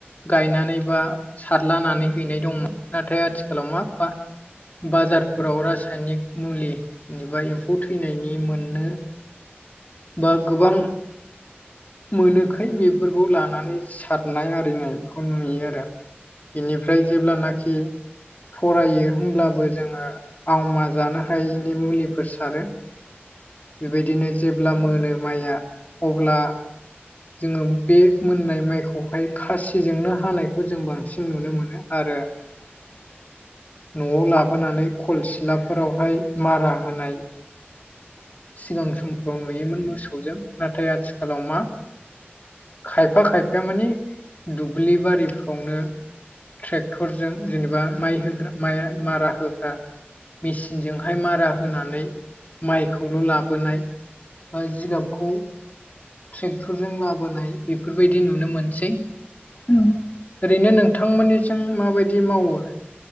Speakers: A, on the left; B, on the left.
A: गायनानै बा सारलानानै हैनाय दंमोन नाथाय आथिखालाव माबबा बाजारफोराव रासायनिक मुलि जेनेबा एम्फौ थैनायनि मोननो बा गोबां मोनोखै बेफोरखौ लानानै सारनाय आरिनायखौ नुयो आरो बेनिफ्राय जेब्लानाखि थरायो होमब्लाबो जोङो आवमा जानो हायैनि मुलिफोर सारो
B: <inaudible>
A: बेबायदिनो जेब्ला मोनो माइया अब्ला जोङो बे मोननाय माइखौहाय खासिजोंनो हानायखौ जों बांसिन नुनो मोनो आरो
B: <inaudible>
A: न'आव लाबोनानै खल सिलाफोरावहाय मारा होनाय सिगां समफोराव नुयोमोन मोसौजों नाथाय आथिखालाव मा खायफा खायफाया मानि दुब्लि बारिफ्रावनो ट्रेक्टरजों जेनेबा माइ होग्रा माइ मारा होग्रा मेसिनजोंहाय मारा होनानै माइखौल' लाबोनाय बा जिगाबखौ ट्रेक्टरजों लाबोनाय बेफोरबायदि नुनो मोनसै
B: औ
A: ओरैनो नोंथांमोननिजों माबायदि मावो